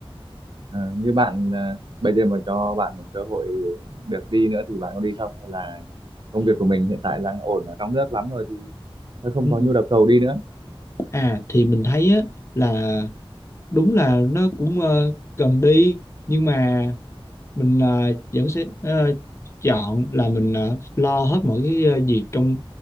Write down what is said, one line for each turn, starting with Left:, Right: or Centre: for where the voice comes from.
Right: Ờ, như bạn ờ, bây giờ mà cho bạn một cơ hội được đi nữa thì bạn có đi không hay là công việc của mình hiện tại đang ổn ở trong nước lắm rồi thì thôi không
Left: Ừ.
Right: có nhu đầu cầu đi nữa
Left: à thì mình thấy á là đúng là nó cũng ờ, cần đi nhưng mà mình ờ, vẫn sẽ ờ, chọn là mình ờ, lo hết mọi cái ờ, việc trong